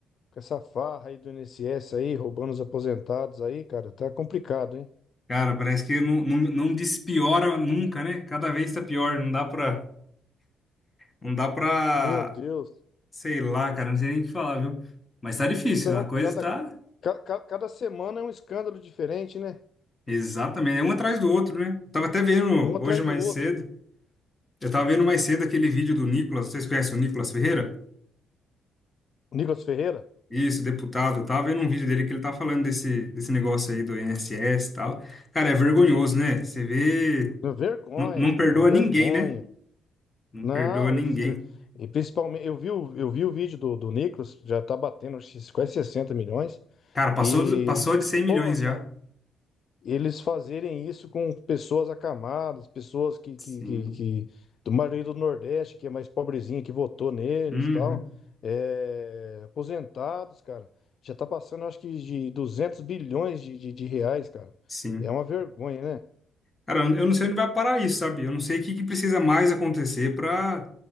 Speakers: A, on the left; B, on the left.
A: com essa farra aí do INSS aí, roubando os aposentados aí, cara, tá complicado, hein?
B: Cara, parece que não, não, não despiora nunca, né? Cada vez tá pior, não dá pra, não dá pra,
A: Meu Deus.
B: sei lá, cara, não sei nem o que falar, viu? Mas tá difícil,
A: Não,
B: a coisa
A: cada
B: tá
A: ca- ca- cada semana é um escândalo diferente, né?
B: exatamente, é um atrás do outro, né? Eu tava até vendo
A: Um atrás
B: hoje mais
A: do outro.
B: cedo, eu tava vendo mais cedo aquele vídeo do Nicolas, vocês conhecem o Nicolas Ferreira?
A: Nicolas Ferreira,
B: Isso, deputado. Eu tava vendo um vídeo dele que ele tá falando desse, desse negócio aí do INSS e tal. Cara, é vergonhoso, né? Você vê.
A: uma vergonha,
B: Não, não
A: cara,
B: perdoa
A: uma vergonha.
B: ninguém, né? Não
A: Não,
B: perdoa ninguém.
A: eles. eh, E principalmente, eu vi, o- eu vi o vídeo do, do Nicolas, já tá batendo acho que quase 60 milhões.
B: Cara, passou,
A: E,
B: do- passou de cem milhões
A: porra,
B: já.
A: cara, eles fazerem isso com pessoas acamadas, pessoas que, que,
B: Sim.
A: que, que- do maioria do Nordeste, que é mais pobrezinha, que votou neles
B: Uhum.
A: e tal. é, aposentados, cara. Já tá passando, acho que, de 200 bilhões de, de, de reais, cara.
B: Sim.
A: É uma vergonha, né?
B: Cara, eu não sei onde vai parar isso, sabe? Eu não sei o que que precisa mais acontecer para